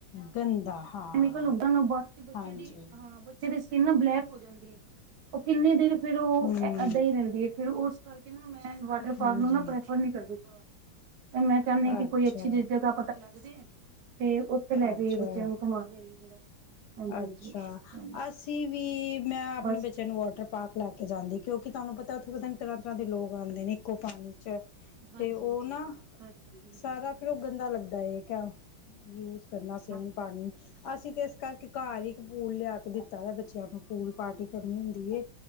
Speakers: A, on the left; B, on the right.
A: ਗੰਦਾ ਹਾਂ
B: ਕੈਮੀਕਲ ਹੋਂਦਾ ਓਨੁ ਬਾਚ ਬੱਚੇ
A: ਹਾਂਜੀ
B: ਦੀ ਹਾਂ ਬੱਚੇ ਦੀ ਫਿਰ ਨਾ ਬਲੈਕ ਹੋ ਜਾਂਦੀ ਏ, ਓ ਕਿੰਨੇ ਦੇਰ ਫੇਰ ਓ
A: ਹਮ
B: ਏਦਾਂ ਈ ਰੈਂਦੀ ਏ, ਫਿਰ ਓਸ ਕਰਕੇ ਮੈਂ ਵਾਟਰ ਪਾਰਕ
A: ਹਾਂਜੀ
B: ਨੂੰ ਨਾ ਪ੍ਰੈਫਰ ਨੀ ਕਰਦੀ। ਤੇ ਮੈਂ ਚਾਨੀ ਆਂ ਕਿ
A: ਅੱਛਾ
B: ਕੋਈ ਅੱਛੀ ਜੀ ਜਗਾ ਪਤਾ ਲੱਗ ਸਕੇ, ਤੇ ਓਥੇ ਲੈ ਜਾਈਏ
A: ਅੱਛਾ
B: ਬੱਚੇਆਂ ਨੂੰ। <inaudible>
A: ਅੱਛਾ!
B: ਹਾਂਜੀ ਹਾਂ,
A: ਅਸੀ ਵੀ, ਮੈਂ ਆਪਨੀ
B: ਬਸ
A: ਬੱਚੇਆਂ ਨੂੰ ਵੋਟਰ ਪਾਕ ਲੈ ਕੇ ਜਾਂਦੀ ਕੇਓ ਕਿ ਤੁਆਨੂੰ ਪਤਾ ਓਥੇ ਪਤਾ ਨੀ ਤਰਾਂ, ਤਰਾਂ ਦੇ ਲੋਕ ਆਂਦੇ ਨੇ ਇੱਕੋ ਪਾਣੀ ਚ
B: ਹਾਂਜੀ
A: ਤੇ ਓ
B: ਹਾਂਜੀ।
A: ਨਾ,
B: ਹਾਂਜੀ ਹਾਂਜੀ ਹਾਂਜੀ ਹਾਂਜੀ
A: ਸਾਰਾ ਫਿਰ ਓ ਗੰਦਾ ਲੱਗਦਾ ਏ ਕੇਯਾ ਯੂਜ਼ ਕਰਨਾ ਸੇਮ
B: ਹਾਂਜੀ
A: ਪਾਨੀ,
B: ਹਾਂਜੀ,
A: ਅਸੀਂ ਤੇ ਇਸ ਕਰਕੇ ਘਾਰ
B: ਹੂੰ,
A: ਈ ਇੱਕ
B: ਹੂੰ,
A: ਪੂਲ ਲੇਆ ਕੇ ਦਿੱਤਾ ਹੋਏਆ ਬੱਚੇਆਂ ਨੂੰ ਪੂਲ ਪਾਰਟੀ ਕਰਨੀ ਹੁੰਦੀ ਏ